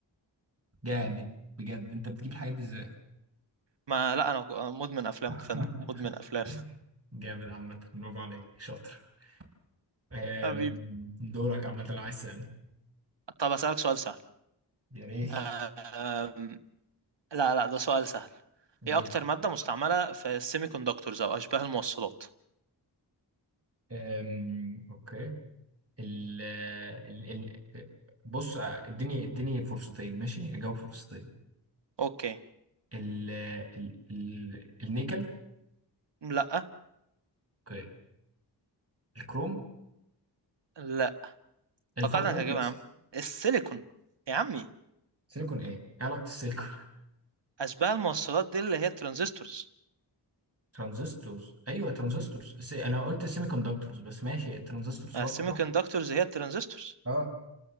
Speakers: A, on the right (about 35°); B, on the right (about 75°).
A: جامد بجد انت بتجيب الحاجات دي ازاي
B: ما لا انا مدمن افلام
A: <laughs>
B: فندم مدمن افلام
A: جامد عامة برافو عليك شاطر آم،
B: حبيبي
A: دورك عامة لو عايز تسألني
B: طب اسالك سؤال سهل
A: يا ريت
B: آه لا لا ده سؤال سهل
A: يا ريت
B: ايه اكتر مادة مستعملة في السيمي كوندكتورز او اشباه الموصلات
A: أم، اوكي ال ال ال بص آه، اديني اديني فرصتين ماشي اجاوب فرصتين
B: اوكي
A: ال ال ال النيكل
B: لا
A: اوكي الكروم
B: لا
A: الفايبر
B: توقعت انك
A: اوبتكس
B: هجيبها يا عم السيليكون يا عمي
A: سيليكون ايه ايه علاقة السيليكون
B: اشباه الموصلات دي اللي هي الترانزستورز
A: ترانزستورز ايوه ترانزستورز س- انا قلت سيمي كوندكتورز بس ماشي الترانزستورز برضه
B: ما السيمي
A: صح
B: كوندكتورز هي الترانزستورز
A: اه